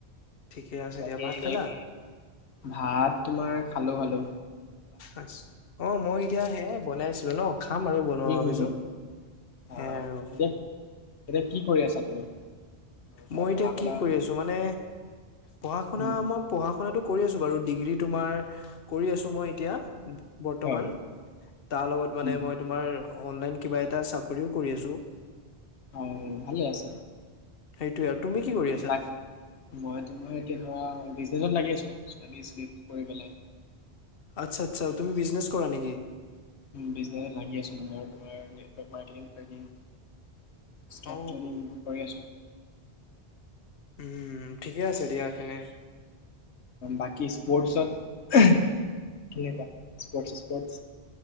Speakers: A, on the left (about 60°); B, on the left (about 80°).
A: ঠিকেই আছে
B: বাকী
A: দিয়া ভাত খালা
B: এই ভাত তোমাৰ খালোঁ খালোঁ
A: আচ্ছা অ মই এতিয়া হে বনাইছো ন খাম আৰু বনোৱা
B: হম
A: হোৱাৰ
B: হম
A: পিছত
B: হম
A: সেয়াই
B: আহ
A: আৰু
B: এতিয়া এতিয়া কি কৰি আছা তুমি ধৰা
A: মই
B: পঢ়া
A: এতিয়া
B: শুনা
A: কি কৰি আছো মানে পঢ়া শুনা
B: উম,
A: মই পঢ়া শু কৰি আছো বাৰু ডিগ্ৰী তোমাৰ কৰি আছো মই এতিয়া বৰ্তমান
B: অ
A: তাৰ লগত মানে
B: উম,
A: মই তোমাৰ অনলাইন কিবা এটা চাকৰিও কৰি আছো
B: অ ভালে আছে
A: সেইটোয়ে আৰু তুমি কি কৰি আছা
B: বাক মই তোমাৰ এতিয়া ধৰা বিজনেচত লাগি আছো ষ্টডি শ্লিপ কৰি পেলাই
A: আচ্ছা আচ্ছা তুমি বিজনেছ কৰা নিকি
B: বিজনেছ এ লাগি আছো মানে আৰু তোমাৰ নেটৱৰ্ক মাৰ্কেটিং ট্ৰেডিঙ ষ্টকটোদি
A: অ
B: নিৰ্ভৰ কৰি আছোঁ
A: উম ঠিকে আছে দিয়া তেনে
B: বাকী স্পৰ্টছত কেনেকুৱা স্পৰ্টছ স্পৰ্টছ